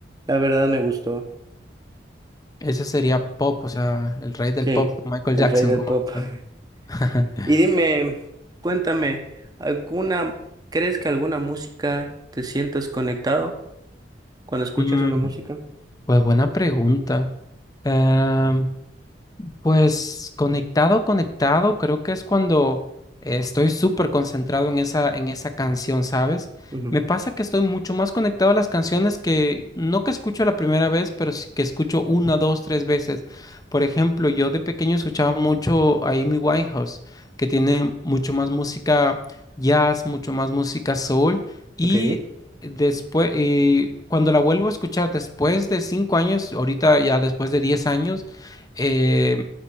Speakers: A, on the right (about 20°); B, on the left (about 20°).
A: la verdad me gustó.
B: Ese sería pop, o sea, el rey del
A: Sí,
B: pop, Michael
A: el
B: Jackson,
A: rey del
B: como
A: pop.
B: dicen.
A: <laughs>
B: <laughs>
A: Y dime, cuéntame, ¿alguna, crees que alguna música te sientas conectado cuando escuchas
B: Mm,
A: una música?
B: pues buena pregunta. Em, Pues conectado, conectado, creo que es cuando eh, estoy súper concentrado en esa, en esa canción, ¿sabes?
A: Ujú,
B: Me pasa que estoy mucho más conectado a las canciones que no que escucho la primera vez, pero sí que escucho una, dos, tres veces. Por ejemplo, yo de pequeño escuchaba mucho a Amy Winehouse, que tiene mucho más música jazz, mucho más música soul, y
A: Ok.
B: después, cuando la vuelvo a escuchar después de cinco años, ahorita ya después de diez años, eh,